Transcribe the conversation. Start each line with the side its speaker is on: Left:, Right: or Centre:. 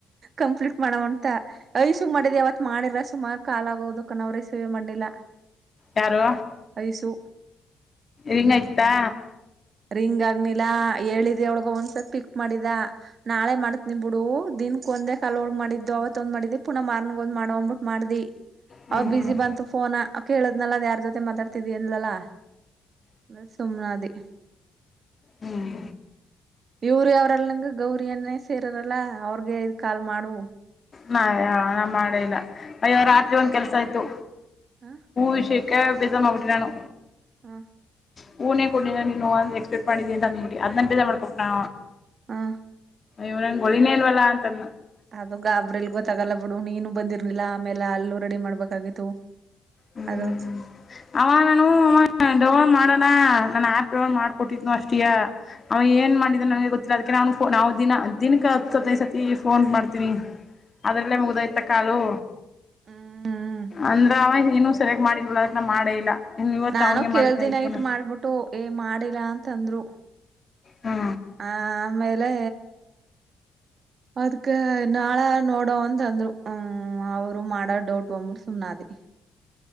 Right: ಕಂಪ್ಲೀಟ್ ಮಾಡವಂತ ಐಶು ಗ್ ಮಾಡಿದ ಯಾವತ್ ಮಾಡಿಲ್ಲ ಸುಮಾರ್ ಕಾಲಾಗೋದಕ್ಕ ನ ಅವ್ರ್ ರಿಸೀವೆ ಮಾಡಿಲ್ಲ.
Left: ಯಾರು
Right: ಐಸು.
Left: ರಿಂಗ್ ಆಯ್ತಾ?
Right: ರಿಂಗ್ ಆಗ್ನಿಲ್ಲಾ ಹೇಳಿದ್ <unintelligible> ಅವ್ಳ್ಗ್ ಒಂದ್ಸತ್ ಪಿಕ್ ಮಾಡಿಲ್ಲ. ನಾಳೆ ಮಾಡತ್ನಿ ಬಿಡೂ ದಿನಕ್ ಒಂದೇ ಕಾಲ್ ಅವ್ಳ್ಗ್ ಮಾಡಿದ್ದು ಅವತ್ ಒಂದ್ ಮಾಡಿದ್ದೆ ಪುನಃ ಮಾರ್ನ್ಗ್ ಒಂದ್ ಮಾಡವ ಅಂದ್ಬಿಟ್ ಮಾಡ್ದಿ
Left: ಹ್ಮ್
Right: ಅವಾಗ್ ಬ್ಯುಸಿ
Left: ಹ್ಮ್
Right: ಬಂತು ಫೋನ ಕೇಳದ್ನಲ್ಲ ಅದ್ ಯಾರ್ ಜೊತೆ ಮಾತಾಡ್ತಿದಿ ಅಂದ್ಳಲ್ಲ ಹ್ಮು ಸುಮ್ನಾದಿ.
Left: ಹ್ಮ್
Right: ಇವ್ರ್ ಯಾವ್ರ್ ಯಳ್ದಂಗ ಗೌರಿ ಅನ್ನೇ ಸೇರಿರಲ್ಲ ಅವ್ರ್ಗೇ ಇದ್ ಕಾಲ್ ಮಾಡು.
Left: ನಾ ನಾ ಮಾಡೇ ಇಲ್ಲ ಅಯ್ಯೋ ರಾತ್ರಿ ಒಂದ್ ಕೆಲ್ಸ ಆಯ್ತು
Right: ಹಾ
Left: ವಿಷಯ ಕೆ ಬೇಜಾರ್ ಮಾಡುಬಿಟಿ ನಾನು
Right: ಹ್ಮ
Left: ಹೂನೆ ಕೊಡಲಿಲ್ಲ ನೀನು ಅ ಎಕ್ಸ್ಪೆಕ್ಟ್ ಮಾಡಿದಿ ಅಂತ ಅಂದ್ಬಿಟ್ಟಿ ಅದ್ ಬೇಜಾರ್ ಮಾಡ್ಕೊಂಡ್ ಬಿಟ್ಟ
Right: ಹಾ
Left: ಇವ್ನಂಗ್ ಹೊಳಿನೇ ಇಲ್ವಲ್ಲಾ ಅಂತದ್
Right: ಅದು ಗಾಬ್ರಿಲ್ ಗೊತ್ತಾಗಲ್ಲ ಬಿಡು ನೀನು ಬಂದಿರ್ಲಿಲ್ಲ ಆಮೇಲೆ ಅಲ್ಲು ರೆಡಿ ಮಾಡ್ಬೇಕಾಗಿತ್ತು
Left: ಹ್ಮ್
Right: ಅದು
Left: ಅವ ನಾನು ಅವ ಡೋ ಮಾಡ ನಾನನ್ ಆಪ್ ಮಾಡ್ಕೊಟ್ಟಿದ್ನ ಅಷ್ಟಿಯ ಅವ ಏನ್ ಮಾಡಿದ ನನ್ಗೆ ಗೊತ್ತಿಲ್ಲ ಅದಕ ನ ಫೋನ್ ನ ದಿನ ದಿನಕ್ಕೆ ಹತ್ತು ಹದಿನೈದು ಸತಿ ಫೋನ್ ಮಾಡ್ತೀನಿ ಅದ್ರಲ್ಲೇ ಮುಗ್ದಾಯ್ತ ಕಾಲು
Right: ಹ್ಮ್
Left: ಅಂದ್ರು ಆವ ನೀನು ಸೆರೆಕ್ಟ್ ಮಾಡಿಲ್ವಲ್ಲ ಅದಕ್ಕೇ ಮಾಡೇ ಇಲ್ಲ ಇನ್ನು ಇವತ್ತು
Right: ನಾನು
Left: ಅವನಿಗೆ
Right: ಕೇೇಳ್ದಿನ
Left: ಮಾಡ್ತೀನಿ ಐಫೋನ್
Right: ನೈಟ್ ಮಾಡ್ಬಿಟ್ಟು ಏ ಮಾಡಿಲ್ಲಾ ಅಂತಂದ್ರು
Left: ಹಾ
Right: ಆ ಆಮೇಲೆ ಅದ್ಕ್ ನಾಳ ನೋಡೋಂದಂದ್ರು ಹ್ಮ ಅವ್ರು ಮಾಡ ಡೌಟು ಸುಮ್ನಾದಿ